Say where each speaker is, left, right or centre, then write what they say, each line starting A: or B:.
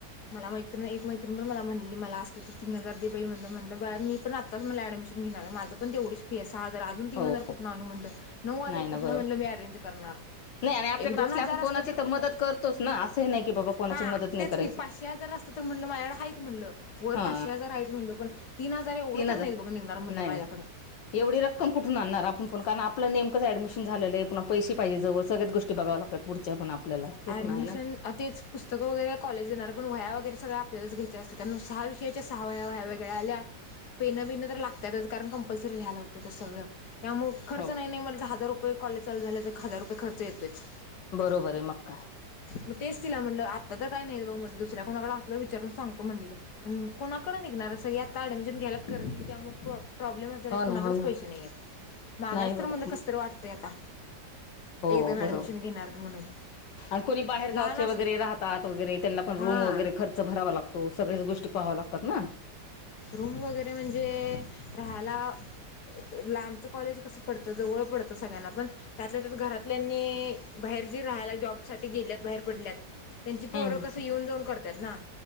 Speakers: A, on the left (about 65°); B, on the left (about 85°).
A: मला मैत्रीण, एक मैत्रीण मला म्हणली मला असते तर तीन हजार दे बाई म्हणलं बर मी पण मला ऍडमिशन घेणार आहे, माझ पण तेवढी फी आहे. सहा हजार अजून तीन
B: हो
A: हजार कुठंन आणू म्हटल, नऊ हजार
B: नाही ना
A: कुठन
B: बरोबर
A: म्हटलं म अरेंज करणार?
B: नाही आणि आपल्याकडे
A: एक दोन
B: असल्या,
A: हजार
B: आपण कोणाची
A: असलं
B: तर मदत करतोच ना, असंही नाही की बाबा कोणाची
A: हा
B: मदत नाही
A: तेच
B: करत.
A: की पाचशे हजार असतं तर, म्हटलं माझ्याकडे हाय म्हटलं. वर
B: हा
A: पाचशे हजार आहेत म्हणलं, पण तीन हजार एवढं
B: तीन
A: तर
B: हजार
A: नाही बघ निघणार म्हटलं
B: नाही
A: माझ्याकडं.
B: नाही एवढी रक्कम कुठून आणणार आपण पण, कारण आपलं नेमकंच ऍडमिशन झालेलं आहे पुन्हा पैसे पाहिजे जवळ. सगळ्याच गोष्टी बघाव्या लागतात पुढच्या पण आपल्याला ते
A: ऍडमिशन,
B: पण आहे ना
A: तेच पुस्तकं वगैरे कॉलेज देणार, पण वह्या वगैरे सगळ्या आपल्यालाच घ्यायच्या असतात. कारण सहा विषयाच्या सहा वेग- वेगळ्या आल्या. पेणं बीणं तर लागतातच, कारण कंपल्सरी लिहायला लावतात सगळं त्यामु खर्च
B: हो
A: नाही नाही म्हणता, हजार रुपये कॉलेज चालू झाले तर, हजार रुपये खर्च येतोच.
B: बरोबर आहे. मग काय
A: मग तेच तला म्हटलं, आता तर काय नाही बघ, दुसऱ्या कोणाकडे असलं विचारून सांगतो म्हणलेलं कोणाकड निघणार असं, आता ऍडमिशन घ्यायलात करतील त्या मग प्रॉब्लेम असा झालाय
B: हो ना
A: कुणाकडे
B: हो ना
A: पैसे नाही आहेत, मागाच
B: नाही बाबा
A: तर मुणलं कसरी वाटतय आता.
B: हो
A: एकदम
B: बरोबर
A: ऍडमिशन घेणार म्हणून
B: आणि कोणी बाहेर गावचे
A: लहान अस
B: वगैरे राहतात वगैरे, त्यांना पण
A: हा
B: रूम वगैरे खर्च भरावा लागतो. सगळ्याच गोष्टी पाहावं लागतात ना.
A: रूम वगैरे म्हणजे राहायला लांबचं कॉलेज कसं पडतं, जवळ पडतं सगळ्यांना पण त्यातल्या त्यात घरातल्यानी, बाहेर जी राहायला जॉब साठी गेल्यात बाहेर पडल्यात, त्यांची पोरं
B: हम्म
A: कस येऊन जाऊन करतात ना.